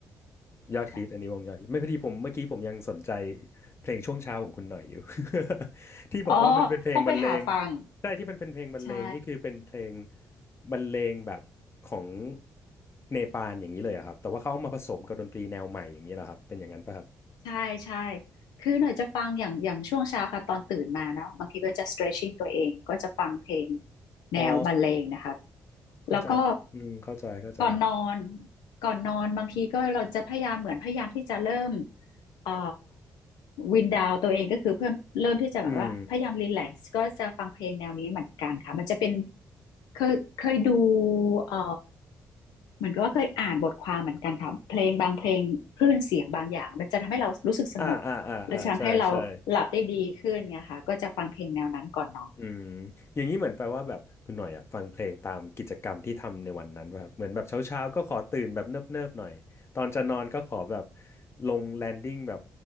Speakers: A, on the left; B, on the left.
A: ยอดฮิตอันนี้วงยอดฮิตไม่พอดีผมเมื่อกี้ผมยังสนใจ
B: ค่ะ
A: เพลงช่วงเช้าของคุณหน่อยอยู่ <laughs> ที่บอกว่ามันเป็นเพลงบรรเลง
B: อ๋อต้องไปหาฟัง
A: ใช่ที่มันเป็นเพลงบรรเลงนี่คือเป็นเพลง
B: ใช่
A: บรรเลงแบบของเนปาลอย่างนี้เลยอะครับแต่ว่าเขาเอามาผสมกับดนตรีแนวใหม่อย่างนี้เหรอครับเป็นอย่างนั้นป่ะครับ
B: ใช่ใช่คือหน่อยจะฟังอย่างอย่างช่วงเช้าค่ะตอนตื่นมาเนาะบางทีก็จะ stretching ตัวเองก็จะฟังเพลงแนวบรรเลงนะคะ
A: อ๋อเข้าใจอืมเข้าใจเข้าใจ
B: แล้วก็ก่อนนอนก่อนนอนบางทีก็เราจะพยายามเหมือนพยายามที่จะเริ่ม เอ่อวินดาวตัวเองก็คือเพิ่มเริ่มที่จะแบบว่าพยายามรีแลกซ์ก็จะฟังเพลงแนวนี้เหมือนกันค่ะมันจะเป็น
A: อืม
B: เคยเคยดูเอ่อเหมือนกับว่าเคยอ่านบทความเหมือนกันค่ะเพลงบางเพลงคลื่นเสียงบางอย่างมันจะทำให้เรารู้สึกสงบแล้จะทำให้เราหลับได้ดีขึ้นไงค่ะก็จะฟังเพลงแนวนั้นก่อนนอน
A: อ่าอ่าอ่าอ่าใช่ใช่ อืมอย่างนี้เหมือนแปลว่าแบบคุณหน่อยอ่ะฟังเพลงตามกิจกรรมที่ทำในวันนั้นป่ะครับเหมือนแบบเช้าๆก็ขอตื่นแบบเนิบๆหน่อยตอนจะนอนก็ขอแบบลงแลนดิ้งแบบ